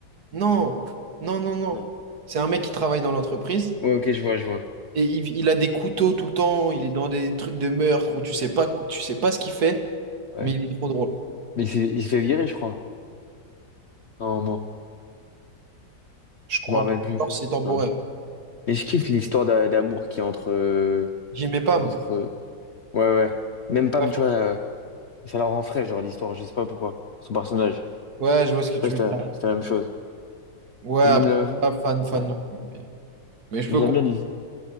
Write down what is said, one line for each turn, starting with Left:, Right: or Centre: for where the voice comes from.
Right: Non, non, non, non.
Left: Non.
Right: C'est un mec qui travaille dans l'entreprise,
Left: Ouais, ok, je vois, je vois.
Right: et il, il a des couteaux tout le temps, il est dans des trucs de meurtre, où tu sais pas, tu sais pas ce qu'il fait,
Left: Ouais.
Right: mais il est trop drôle.
Left: Mais il s'est il s'est fait virer, je crois, à un moment.
Right: Je crois
Left: Je me rappelle plus.
Right: pas que c'est temporaire.
Left: Non. Et je kiffe l'histoire d'a- d'amour qui est entre. euh,
Right: J'y mets pas.
Left: entre.
Right: moi.
Left: euh, Ouais, ouais. Même Pam,
Right: Pas fan.
Left: tu vois, euh, ça la rend frais, genre, l'histoire, je sais pas pourquoi. Son personnage.
Right: Ouais, je vois ce que tu
Left: ouais sais
Right: veux
Left: pas
Right: dire.
Left: si c'est la c'est la même chose.
Right: Ouais, après,
Left: Et même la.
Right: pas fan, fan
Left: Ouais.
Right: non plus. Mais, mais je
Left: Et
Right: peux
Left: J'aime
Right: comprendre.
Left: bien l'hi-